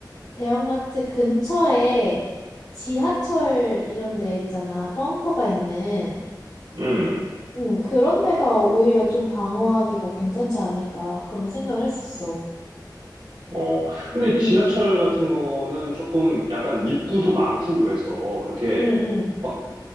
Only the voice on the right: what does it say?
음,
어. 근데
지하철 같은 거는 조금 약간 입구도 많고 그래서 이렇게
막